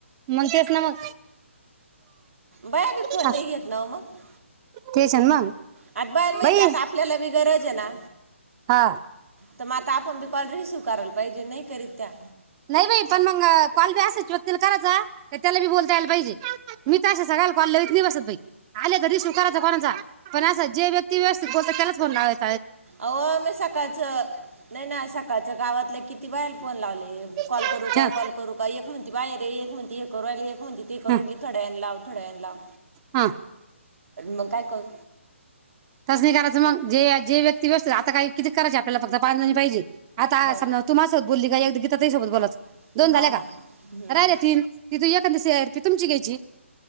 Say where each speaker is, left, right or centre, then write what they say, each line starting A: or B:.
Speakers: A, on the right (about 25°); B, on the right (about 80°).
A: मग तेच ना मग
B: बाया बी फर
A: हा,
B: नाही घेत ना मग
A: तेच आहे ना मग
B: आता बायाला माहितीय
A: बाई
B: आता आपल्याला बी गरज आहे ना
A: हा
B: तर मग आता आपण बी कॉल रिसिव्हन करायला पाहिजे नाही करीत त्या
A: नाही बाई पण मग कॉल बी असायच व्यक्तीला करायचा त्याला बी बोलतायला पाहिजे मी तर असे सगळयला कॉल लावीत नाई बसत आले तर रसू करायचा कोणाचा पण अस जे व्यक्ती व्यवस्थितत त्यालाच फोण लावायच
B: आओ मी सकाळच नाही ना सकाळच्या गावातल्या किती बायांना फोन लावले
A: हा
B: कॉल करू का कॉल करू का एक म्हणती बाहेर ये एक म्हणती थोड्यावेळाने हव.
A: हा,
B: थोड्या वेळ लाव
A: हा
B: मग काय करू
A: तसं नाही करायचं मग जे जे व्यक्ती व्यस्त आता काही किती करायचे आपल्याला फक्त पाच जणी पाहिजे आता
B: हो
A: समजा तू माझ्या संग बोलली तर त्याच्यासोबत बोलायचं
B: ना
A: दोन
B: हा
A: झाल्या
B: हा
A: का
B: हम्म.
A: राहिल तीन एखादी शेअर तुमची घ्यायची